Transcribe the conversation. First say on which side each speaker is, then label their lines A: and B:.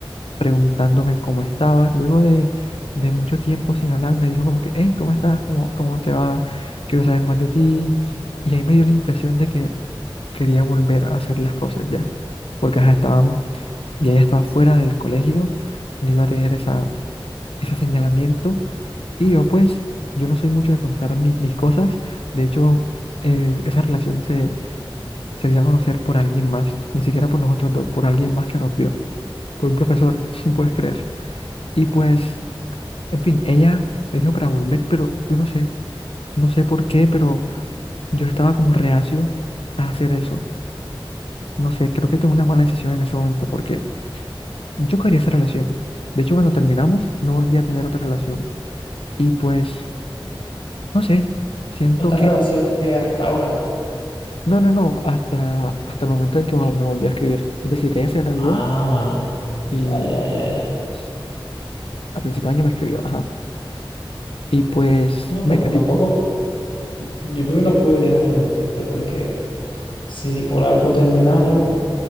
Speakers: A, on the left; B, on the left.
A: preguntándome cómo estaba. Luego de, de mucho tiempo sin hablar, me dijo como que, hey, ¿cómo estás? ¿Cómo, cómo te va? Quiero saber más de ti. Y ahí me dio la impresión de que quería volver a hacer las cosas ya, porque ajá, estaban, ya ella estaba fuera del colegio, no iba a tener esa, ese señalamiento y yo pues, yo no soy mucho de contar mi- mis cosas. De hecho, eh, esa relación se, se dio a conocer por alguien más, ni siquiera por nosotros dos, por alguien más que nos vio, por un profesor, <laughs> si puedes creer. Y pues, en fin, ella me dijo para volver, pero yo no sé, no sé por qué, pero yo estaba como reacio a hacer eso. No sé, creo que tomé una mala decisión en ese momento porque yo quería esa relación. De hecho, cuando terminamos, no volví a tener otra relación. Y pues, no sé, siento
B: Otra
A: que
B: relación que hasta ahora.
A: No, no, no, hasta, hasta el momento en que vol- me volví a escribir. Es decir, ella se graduó
B: Ah,
A: y
B: ya, ya, ya, ya.
A: pues a principio de año me escribió, ajá. Y pues
B: No,
A: me
B: pero
A: escribió,
B: tampoco, yo creo que tampoco deberías arrepentirte porque si por algo terminaron,